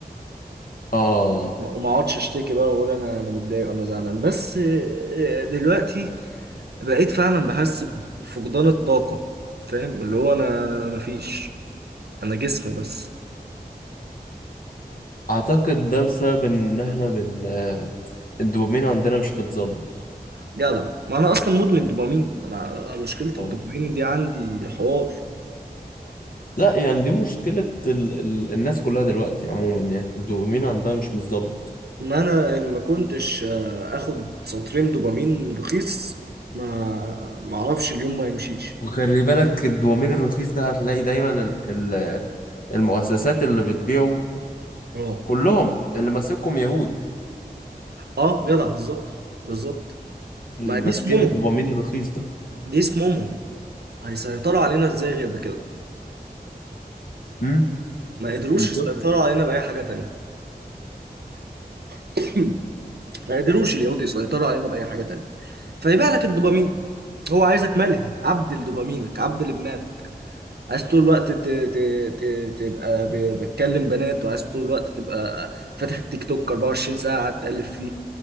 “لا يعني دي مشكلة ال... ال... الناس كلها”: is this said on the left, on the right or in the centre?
Left